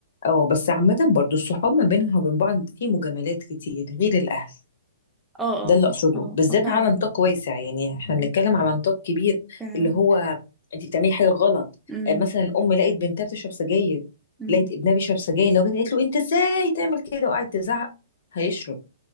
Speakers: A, on the left; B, in the centre.
A: او بس عامة برضو الصحاب ما بينها وبين بعض في مجاملات كتير غير الاهل
B: اه اه
A: ده اللي اقصده
B: اه
A: بالذات
B: اه فعلا
A: على نطاق واسع يعني احنا بنتكلم على نطاق كبير
B: فعلا
A: اللي هو انت بتعملي حاجه غلط
B: امم
A: آه، مثلا ام لقيت بنتها بتشرب سجاير
B: امم
A: لقيت ابنها بيشرب سجاير لو جت قالت له انت ازاي تعمل كده وقعدت تزعق هيشرب